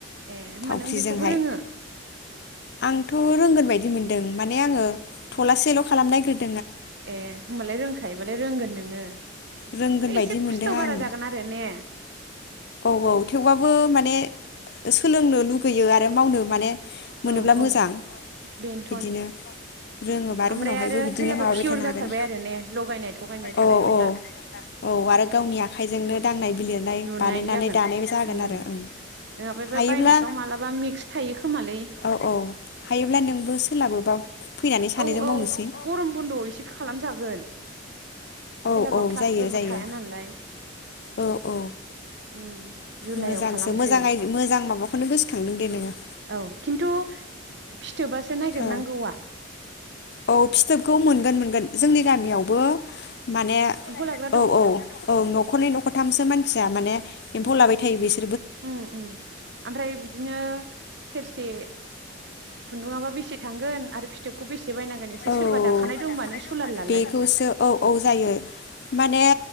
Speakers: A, on the right; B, on the left.
A: ए होमबा
B: थावख्रिजोंहाय
A: नों बेखौबो रोङो?
B: आंथ' रोंगोन बायदि मोनदों। माने आङो थलासेल' खालामनाय ग्रोद
A: ए होमबालाय रोंखायोबालाय रोंगोन नोङो।
B: रोंगोन
A: है
B: बायदि
A: एसे खस्थ'
B: मोनदों आं
A: बारा जागोन आरो ने।
B: औ औ थेवबाबो माने सोलोंनो लुगैयो आरो मावनो माने मोनोब्ला
A: औ
B: मोजां
A: औ बेनोथन
B: बिदिनो रोङोबा आरो
A: ओमफ्राय
B: उनावहायबो बिदिनो
A: हेलाबा
B: माबाबाय
A: पियर
B: थानो
A: जाथारबाय
B: हागोन।
A: आरो ने लगायनाय थगायनाय थानाय
B: औ
A: नंला
B: औ औ आरो गावनि आखाइजोंनो दांनाय बानायनानै
A: लुनाय जागोन
B: दानाय जागोन
A: उम
B: आरो ओं
A: नङाबा बे
B: हायोब्ला
A: बायनायफ्राव मालाबा मिक्स थायो खोमालै
B: औ औ हायोब्ला नोंबो सोलाबोबा फैनानै सानैजों
A: औ औ
B: मावनोसै
A: गरम बन्द'आव एसे खालामजागोन।
B: औ
A: सोलाबा
B: औ
A: क्लासफोरबो
B: जायो जायो
A: थाया नालाय
B: औ औ
A: उम जुलाइआव
B: मोजांसो
A: खालामसै
B: मोजां आइ मोजां माबा खौनो गोसोखांदों दे नोङो।
A: औ खिन्थु फि थोबासो नागिरनांगौवा।
B: औ औ फिथोबखौ मोनगोन मोनगोन जोंनि गामियावबो माने
A: एम्फौ लाग्रा
B: औ
A: दं
B: औ औ न'खरनै न'खरथामसो मानसिया माने एम्फौ लाबाय थायो बिस
A: उम उम ओमफ्राय बिदिनो सेरसे खुन्दुङाबा बेसे थांगोन आरो फिथोबखौ बेसे से बायनांगोन एसे
B: औ
A: सोरबा दाखानाय दंबा नों सुलाद लालाय।
B: बेखौसो औ औ जायो माने